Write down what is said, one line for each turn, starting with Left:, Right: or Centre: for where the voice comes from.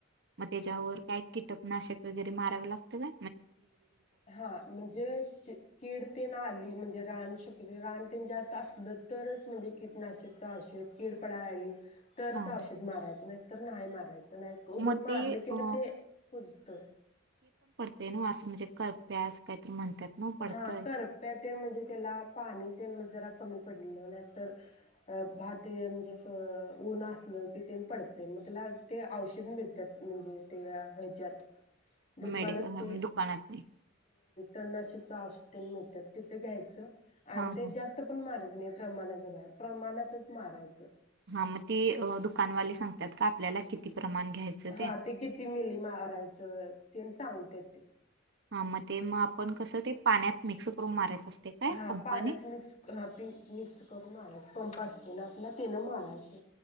Right: म त्येच्यावर काय कीटकनाशक वगैरे मारावी लागत ना
Left: हा म्हणजे कीडतीन आली म्हणजे रानशक रान तेन जास्त असलं तरच म्हणजे कीटनाशकता अशी कीड पडा यली तरच
Right: हा
Left: औषध मारायचं नाही तर नाही मारायचं नाही उगंच
Right: मग ते
Left: मारले कि
Right: अ
Left: म ते कुजत.
Right: ते नव्हं असं म्हणजे करप्या असं काहीत म्हणतात ना पडतंय
Left: हा करप्या तेन म्हणजे त्याला पाणी तेन म्हणजे जरा कमी पडलं नाहीतर अ भात म्हणजे अस ऊनं असलं की तेन पडतय मग त्याला ते औषध मिळतात म्हणजे ते ह्याच्यात दुकाना
Right: मेडिक
Left: ते
Right: दुकानात
Left: तननाशक पास्न मिटत <unintelligible> तिथं घ्यायचं
Right: हा
Left: आणि ते
Right: हा
Left: जास्त पण मार प्रमाणाच्या बाहेर प्रमाणातच मारायचं.
Right: हा मग ते दुकानवाले सांगतात का आपल्याला किती प्रमाण घ्यायचं
Left: हा ते किती मिली मारायचं तेन सांगत्यात. ते.
Right: हा मग ते मग आपण कसं ते पाण्यात मिक्स करून मारायचं. असते काय
Left: हा
Right: पंपाने
Left: पाण्यात मिक्स ह प मिक्स करून मारायच पंप असत ऊनातन तेनं मारायच.